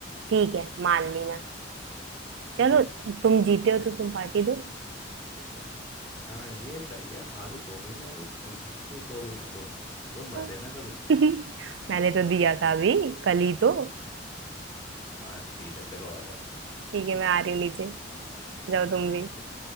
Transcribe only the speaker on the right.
ठीक है मान ली मैं चलो
तुम जीते हो तो तुम पार्टी दो
<laughs>
<laughs>
मैंने तो दिया था अभी कल ही तो
ठीक है मैं आ रही हूँ नीचे जाओ तुम भी